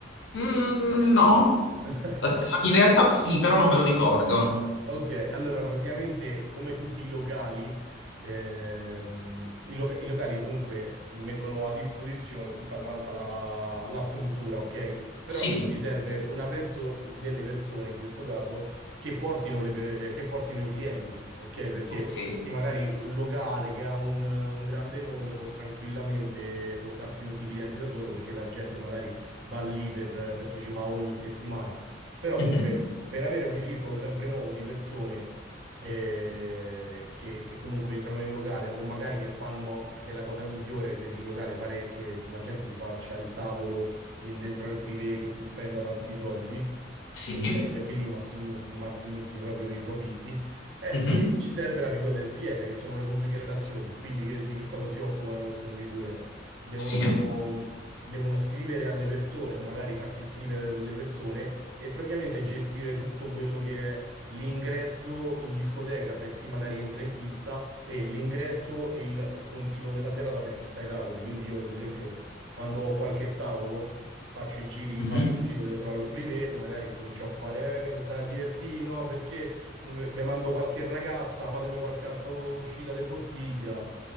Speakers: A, on the left (about 75°); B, on the right (about 85°).
A: Mm, no,
B: <laughs>
A: Aspetta, in realtà sì, però non me lo ricordo.
B: Ok, allora praticamente come tutti i locali, ehm, i, loca- i locali comunque mettono a disposizione tutta quanta la, la struttura, ok? Però
A: Sì,
B: ci serve una persona, delle persone in questo caso, che portino, le per- eh, che portino i clienti, ok? Perché
A: ok.
B: sì, magari un locale che ha un, un grande nome può tranquillamente portarsi tutti i clienti da solo perché la gente magari va lì per- perché ci va ogni settimana. Però comunque
A: Mhm,
B: per avere un ricircolo sempre nuovo di persone eh, che, che comunque entrano nel locale o magari che fanno, che è la cosa migliore per il locale, fare che la gente ti faccia il tavolo in- dentro al privé che ti spenda tanti soldi
A: Sì,
B: Ok, perché lì massimi- massimizzi proprio i profitti. E
A: mhm,
B: ci, ci serve la figura del PR, che sono le pubbliche relazioni. Quindi che- di che cosa si occupano queste figure? Devono,
A: sì.
B: devono scrivere alle persone o magari farsi scrivere a delle persone e praticamente gestire tutto quello che è l'ingresso in discoteca per chi magari entra in pista e l'ingresso e il, il continuo della serata per chi sta ai tavoli. Quindi io, ad esempio, quando ho qualche tavolo faccio i giri,
A: mhm.
B: faccio un giro dentro al privé, magari comincio a fare, eh, che vi state divertendo, no, perché vi mando qualche ragazza, fatemi qualche altra uscita di bottiglia.